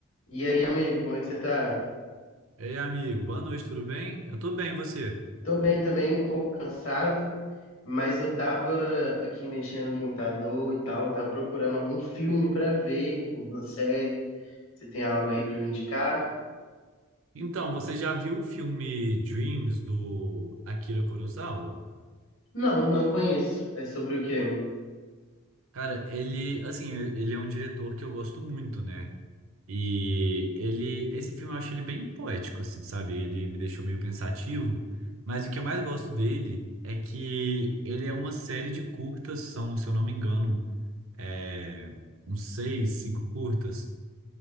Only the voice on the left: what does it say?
E aí, amigo, como é que você tá?
Tô bem também, um pouco cansado, mas eu tava aqui mexendo no computador e tal, tava procurando algum filme pra ver, uma série. Você tem algo aí pra me indicar?
Não, não conheço. É sobre o quê?